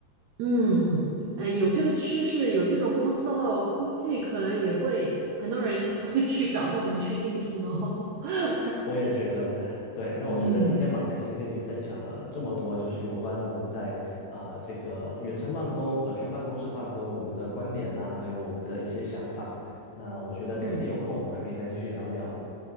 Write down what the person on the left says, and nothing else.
我也觉得，对。那我觉得今天蛮开心跟你分享了这么多，
就是有关我们在呃这个远程办公和去办公室办公我们的观点呐、还有我们的一些想法。那我觉得改天有空我们还可以再继续聊一聊。